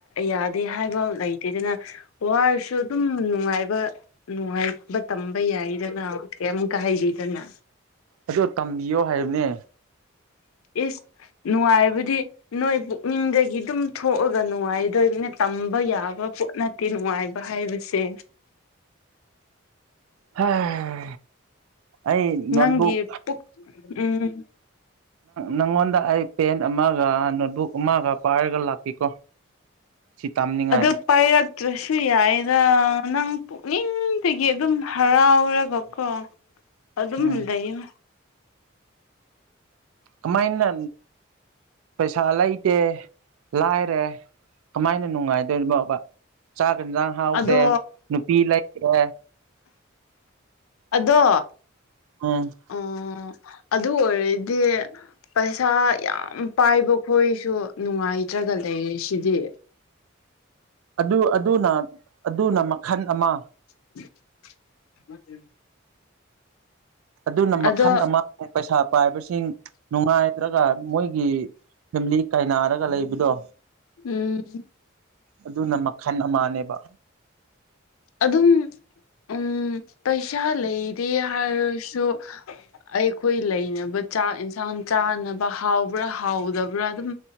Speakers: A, on the left; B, on the right.
A: ꯌꯥꯗꯦ ꯍꯥꯏꯕ ꯂꯩ ꯗꯅ ꯋꯥꯔꯁꯨ ꯑꯗꯨꯝ ꯅꯨꯡꯉꯥꯏꯕ ꯅꯨꯡꯉꯥꯏꯕ ꯇꯝꯕ ꯌꯥꯏꯗꯅ ꯀꯃꯨꯛ ꯀ ꯍꯥꯏꯗꯤ ꯀꯅꯥ
B: ꯑꯗꯣ ꯇꯝꯕꯤꯌꯣ ꯍꯥꯏꯕꯅꯦ
A: ꯏꯁ ꯅꯨꯡꯉꯥꯏꯕꯗꯤ ꯅꯣꯏ ꯄꯨꯛꯅꯤꯡꯗꯒꯤ ꯑꯗꯨꯝ ꯊꯣꯛꯑꯒ ꯅꯨꯡꯉꯥꯏꯗꯣꯏꯕꯅꯦ ꯇꯝꯕ ꯌꯥꯕ ꯄꯣꯠꯅ ꯅꯨꯡꯉꯥꯏꯕ ꯍꯥꯏꯕꯁꯦ
B: ꯍꯝ ꯑꯩ ꯅꯣꯠꯕꯨꯛꯪ
A: ꯅꯪꯒꯤ ꯄꯨꯛ ꯎꯝ
B: ꯅꯪꯉꯣꯟꯗ ꯑꯩ ꯄꯦꯟ ꯑꯃꯒ ꯅꯣꯠꯕꯨꯛ ꯑꯃꯒ ꯄꯥꯏꯔꯒ ꯂꯥꯛꯈꯤꯀꯣ ꯁꯤ ꯇꯥꯝꯅꯤꯡꯉꯥꯏ
A: ꯑꯗꯨ ꯄꯥꯏꯔꯛꯇ꯭ꯔꯁꯨ ꯌꯥꯏꯔ ꯅꯪ ꯄꯨꯛꯅꯤꯡꯗꯒꯤ ꯑꯗꯨꯝ ꯍꯔꯥꯎꯔꯒꯀꯣ ꯑꯗꯨꯝ
B: ꯎꯝ
A: ꯂꯩꯌ
B: ꯀꯃꯥꯏꯅ ꯄꯩꯁꯥ ꯂꯩꯇꯦ ꯂꯥꯏꯔꯦ ꯀꯃꯥꯏꯅ ꯅꯨꯡꯉꯥꯏꯗꯣꯏꯅ ꯕ ꯆꯥꯛꯒ ꯌꯦꯟꯁꯥꯡ ꯍꯥꯎꯇꯦ
A: ꯑꯗꯣ
B: ꯅꯨꯄꯤ ꯂꯩꯇꯦ
A: ꯑꯗꯣ
B: ꯑꯝ
A: ꯑꯣ ꯑꯗꯨ ꯑꯣꯏꯔꯗꯤ ꯄꯩꯁꯥ ꯌꯥꯝ ꯄꯥꯏꯕ ꯈꯣꯏꯁꯨ ꯅꯨꯡꯉꯥꯏꯇ꯭ꯔꯒ ꯂꯩꯔ ꯁꯤꯗꯤ
B: ꯑꯗꯨ ꯑꯗꯨꯅ ꯑꯗꯨꯅ ꯃꯈꯜ ꯑꯃ
A: <inaudible>
B: ꯑꯗꯨꯅ ꯃꯈꯜ
A: ꯑꯗꯣ
B: ꯑꯃ ꯄꯩꯁꯥ ꯄꯥꯏꯕꯁꯤꯡ ꯅꯨꯡꯉꯥꯏꯗ꯭ꯔꯒ ꯃꯣꯏꯒꯤ ꯐꯦꯃꯤꯂꯤ ꯀꯥꯏꯅꯥꯔꯒ ꯂꯩꯕꯗꯣ
A: ꯎꯝ
B: ꯑꯗꯨꯅ ꯃꯈꯜ ꯑꯃꯅꯦꯕ
A: ꯑꯗꯨꯝ ꯎꯝ ꯄꯩꯁꯥ ꯂꯩꯗꯦ ꯍꯥꯏꯔꯁꯨ ꯑꯩꯈꯣꯏ ꯂꯩꯅꯕ ꯆꯥꯛ ꯌꯦꯟꯁꯥꯡ ꯆꯥꯅꯕ ꯍꯥꯎꯕ꯭ꯔꯥ ꯍꯥꯎꯗꯕ꯭ꯔꯥ ꯑꯗꯨꯝ